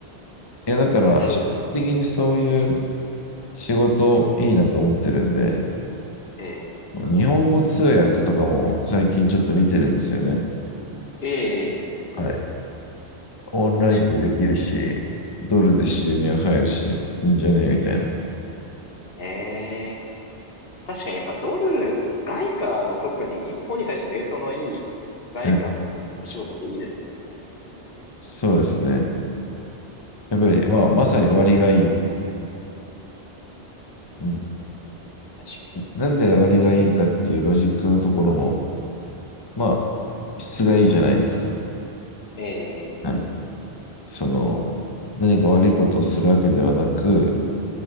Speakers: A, on the left; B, on the left.
A: いや、だから、
B: だいぶ、
A: 基本的にそういう仕事いいなと思ってるんで、
B: ええ
A: 日本語通訳とかも最近ちょっと見てるんですよね。
B: ええ
A: はい。オンラインでできるし、
B: 確かに。
A: ドルで収入入るし、
B: え
A: いいんじゃねみたいな。
B: えええええ確かにやっぱドル、外貨の特に日本に対してレートのいい外貨のお仕事っていいですよね。
A: はい。
B: 獲得できる
A: そうですね。やっぱり、まあ、まさに割がいい。うん。
B: 確か
A: なんで割がいいかっていうロジックのところも、まあ、
B: に。ええ、
A: 質がいいじゃないですか。
B: え
A: はい。
B: え、
A: その、何か悪いことをするわけではなく、